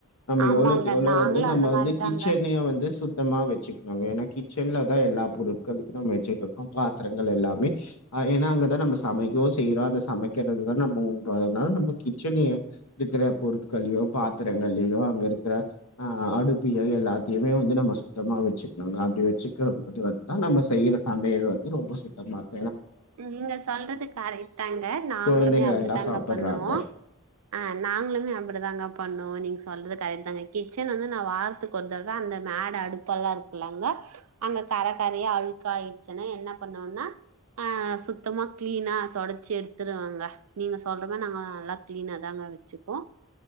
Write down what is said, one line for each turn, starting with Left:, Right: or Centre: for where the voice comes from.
Left: நம்ம
Right: ஆமாங்க
Left: எவ்வளவுக்கு எவ்ளோ
Right: நாங்களு
Left: வந்து நம்ம
Right: அந்த
Left: வந்து
Right: மாரிதாங்க
Left: கிச்சனயே வந்து சுத் த்தமா வச்சுக்கணுங்க ஏன்னா கிச்சன்லதா எல்லா பொருட்களுக்கு நம்ம வச்சுட்டுருகோ பாத்திரங்கள் எல்லாமே ஆ ஏன்னா அங்கதா நம்ம சமைக்கவோ செய்யறோ அந்த சமைக்கிறதுதா நம்ம உண்றோ அதனால நம்ம கி ச்சனைய இருக்கிற பொருட்கள்ளியோ பாத்திரங்கள்லியோ அங்க இருக்கிற ஆ அடுப்பயோ எல்லாத்தையுமே வந்து நம்ம சுத்தமாக வச்சுக்கணாங்க அப்பிடி வச்சுக்கிற போது வந்துதா நம்ம செய்யிற சமையல் வந்து ரொம்போ சுத்தமா இருக்
Right: நீங்க சொல்றது கரெக்ட் தாங்க நாங்களுமே
Left: குழந்தைங்க
Right: அப்டித்தாங்க
Left: எல்லாம் சாப்பிடுறாங்க.
Right: பண்ணுவோ ஆ நாங்களுமே அப்டிதாங்க பண்ணுவோ நீங்க சொல்றது கரெக்ட் தாங்க கிச்சன் வந்து நா வாரத்துக்கு ஒரு தடவ அந்த மேட அடுப்பெல்லா இருக்குல்லங்க அங்க கர கரயா அழுக்க ஆயிடுச்சுன்னா என்ன பண்ணுவேண்ணா ஆ சுத்தமாக கிளீனா தொடச்சி எடுத்துருவேங்க நீங்க சொல்ற மாரி நாங்க நல்லா கிளீனா தாங்க வச்சுப்போ